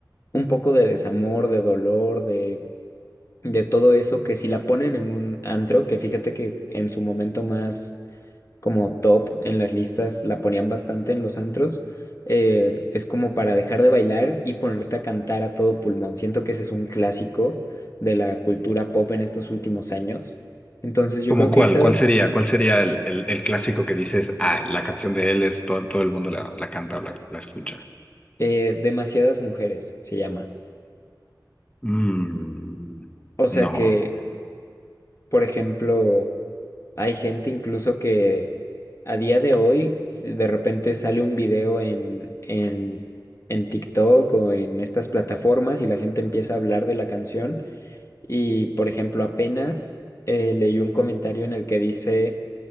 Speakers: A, on the left; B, on the left.
A: un poco de desamor, de dolor, de, de todo eso que si la ponen en un antro, que fíjate que en su momento más como top en las listas, la ponían bastante en los antros, eh, es como para dejar de bailar y ponerte a cantar a todo pulmón. Siento que ese es un clásico de la cultura pop en estos últimos años. Entonces yo
B: ¿Cómo
A: creo
B: cuál?
A: que esa,
B: ¿Cuál sería? ¿Cuál sería el, el- el clásico que dices, ah, la canción de él es todo, todo el mundo la, la canta o la, la escucha?
A: eh, demasiadas mujeres se llama.
B: Mm,
A: O sea
B: no.
A: que, por ejemplo, Hay gente incluso que a día de hoy si de repente sale un video en, en, en TikTok o en estas plataformas y la gente empieza a hablar de la canción. Y, por ejemplo, apenas eh, leí un comentario en el que dice